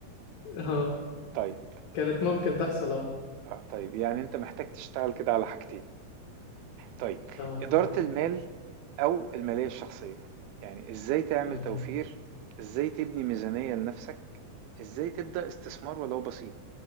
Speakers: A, on the left; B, on the right.
A: <laughs> اه
B: طيب
A: كانت ممكن تحصل اه
B: آه، طيب يعني انت محتاج تشتغل كده على حاجتين طيب
A: اه
B: إدارة
A: ممكن
B: المال أو المالية الشخصية يعني إزاي تعمل
A: تمام
B: توفير إزاي تبني ميزانية لنفسك إزاي تبدأ استثمار ولو بسيط